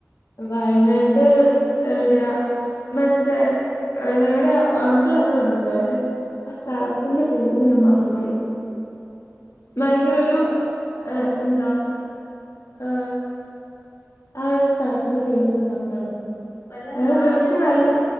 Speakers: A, on the left; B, on the left.
A: വയനാട് എവിടെയാ മറ്റേ ഞങ്ങളെ അങ്കിൾ അവിടെ ഉണ്ട്. ആ സ്ഥലത്തിന്റെ പേര് ഞാൻ മറന്ന് പോയി. ഭയങ്കര ഒരു
B: ഓഹ്
A: ഏ എന്താ ഏ ആ ഒരു സ്ഥലത്തിന്റെ പേര് ഞാൻ മറന്ന് പോയടാ
B: വല്ല
A: ഒരു
B: ഗാർഡനോ
A: ദിവസം നല്ല